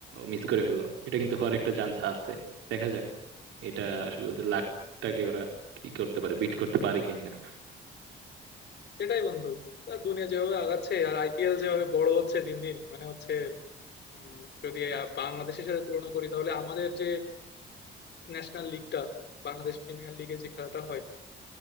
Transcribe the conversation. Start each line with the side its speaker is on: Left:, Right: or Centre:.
Right: মিস করে ফেললো এটা কিন্তু হওয়ার একটা চান্স আছে দেখা যাক এটা আসলে ওদের লাকটাকে ওরা কি করতে পারে বিট করতে পারে কিনা
Left: সেটাই বন্ধু তা দুনিয়া যেভাবে আগাচ্ছে আর আইপিএল যেভাবে বড় হচ্ছে দিন দিন মানে হচ্ছে উম, যদি আ- বাংলাদেশের সাথে তুলনা করি তাহলে আমাদের যে ন্যাশনাল লিগটা বাংলাদেশ প্রিমিয়ার লিগে যে খেলাটা হয়